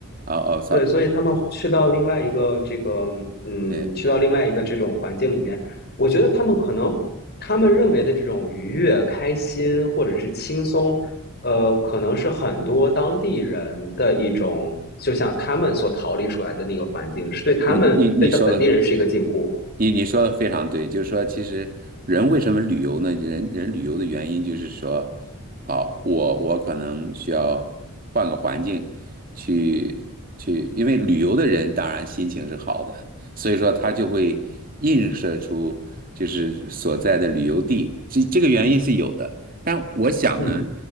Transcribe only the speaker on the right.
哦哦，sorry，
对。
你你你说的，你你说的非常对，就是说，其实人为什么旅游呢？人人旅游的原因就是说，好，我我可能需要换个环境去去，因为旅游的人当然心情是好的，所以说他就会映射出就是所在的旅游地，这这个原因是有的。但我想呢。